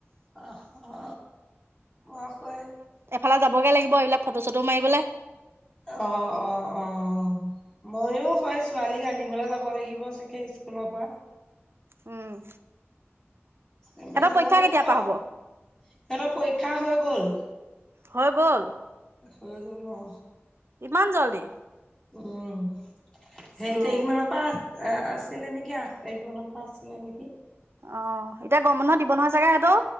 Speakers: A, on the left; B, on the right.
A: অ, অ, মই আকৌ এই
B: এইফালে যাবগৈ লাগিব, এইবিলাক ফটো-চটো মাৰিবলৈ।
A: অ, অ, অ। ময়ো হয় ছোৱালীক আনিবলৈ যাব লাগিব চাগে, স্কুলৰ পৰা।
B: উম।
A: এপাক
B: সিহঁতৰ
A: যাব
B: পৰীক্ষা
A: লাগিব,
B: কেতিয়াৰ পৰা হ'ব
A: সিহঁতৰ পৰীক্ষা হৈ গ'ল।
B: হৈ গ'ল!
A: হৈ গ'ল অ।
B: ইমান জল্দি!
A: উম, হেৰি
B: অঁ
A: তাৰিখ মানৰ পা এ, আছিলে নেকি, আঠ তাৰিখ মানৰ পৰা আছিলে নেকি!
B: অ, এতিয়া গৰম বন্ধ দিব নহয় চাগে সিহতো?